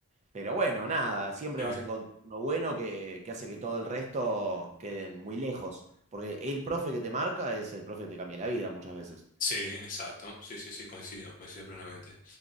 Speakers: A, on the right; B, on the left.
A: pero bueno, nada, siempre
B: sí.
A: vas a encontrar uno bueno que, que hace que todo el resto queden muy lejos. Porque el profe que te marca es el profe que te cambia la vida muchas veces.
B: Sí, exacto. Sí, sí, sí, coincido, coincido plenamente.